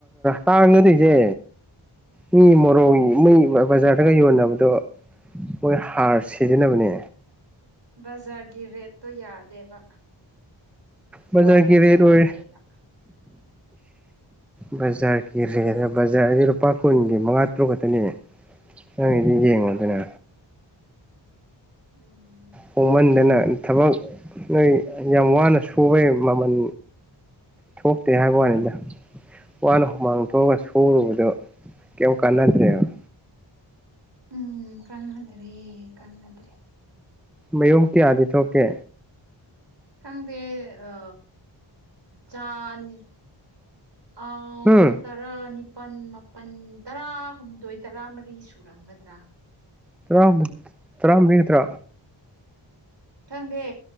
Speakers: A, in the centre; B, on the right.
A: ꯇꯥꯡꯒꯗꯣꯏꯁꯦ ꯃꯤ ꯃꯣꯔꯣꯛ ꯃꯩ ꯕꯖꯥꯔꯗꯒ ꯌꯣꯟꯅꯕꯗꯣ ꯃꯣꯏ ꯍꯥꯔ ꯁꯤꯖꯤꯟꯅꯕꯅꯦ
B: ꯕꯖꯥꯔꯒꯤ ꯔꯦꯠꯇꯠꯇꯣ ꯌꯥꯗꯦꯕ ꯁ꯭ꯋꯥꯏꯗ
A: ꯕꯖꯔꯒꯤ
B: ꯆꯠꯅꯗꯦꯕ
A: ꯔꯦꯠ ꯑꯣꯏ ꯕꯖꯥꯔꯒꯤ ꯔꯦꯠ ꯕꯖꯥꯔꯗꯤ ꯂꯨꯄꯥ ꯀꯨꯟꯒꯤ ꯃꯉꯥ ꯇꯔꯨꯛ ꯈꯛꯇꯅꯦ ꯑꯩꯒꯤꯗꯤ ꯌꯦꯉꯣꯗꯅ
B: ꯎꯝ
A: ꯍꯣꯡꯃꯥꯟꯗꯅ ꯊꯕꯛ ꯅꯣꯏ ꯌꯥꯝ ꯋꯥꯅ ꯁꯨꯕꯩ ꯃꯃꯜ ꯊꯣꯛꯇꯦ ꯍꯥꯏꯕ ꯋꯥꯅꯤꯗ ꯋꯥꯅ ꯍꯨꯃꯥꯡ ꯊꯣꯛꯑꯒ ꯁꯨꯔꯨꯕꯗ ꯀꯩꯝ ꯀꯥꯟꯅꯗ꯭ꯔꯦꯕ
B: ꯎꯝ ꯀꯥꯟꯅꯗꯔ꯭ꯦ ꯀꯥꯅꯗ꯭ꯔꯦ
A: ꯃꯌꯨꯝ ꯀꯌꯥꯗꯤ ꯊꯣꯛꯀꯦ
B: ꯈꯪꯗꯦ ꯑ ꯆꯥ ꯑꯅꯤ ꯑ
A: ꯎꯝ
B: ꯇꯔꯥꯅꯤꯞ ꯃꯥꯄꯜ ꯃꯥꯄꯜ ꯇꯔꯥꯍꯨꯝꯗꯣꯏ ꯇꯔꯥ ꯃꯔꯤ ꯁꯨꯔꯝꯒꯗ꯭ꯔꯥ
A: ꯇꯔꯥ ꯇꯔꯥꯃꯒ ꯇꯔꯥꯃꯔꯤ ꯅꯥꯠꯇꯔꯥ
B: ꯊꯪꯒꯦ